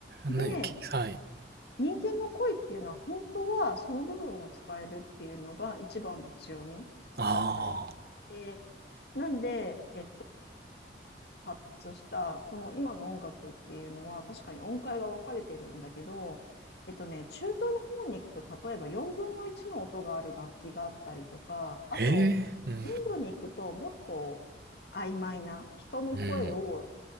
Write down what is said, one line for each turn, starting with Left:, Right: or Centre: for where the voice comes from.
Left: で、
Right: ね、小はい。
Left: 人間の声っていうのは、本当はその部分を使えるっていうのが一番の強みだったりとか。
Right: ああ、
Left: で、なんで、えっ発したこの今の音楽っていうのは確かに音階が分かれてるんだけど、えっとね、中東の方に行くと例えば4分の1の音がある楽器があったりとかあとインドに行くともっと
Right: ええうん、
Left: 曖昧な人の声を
Right: うん、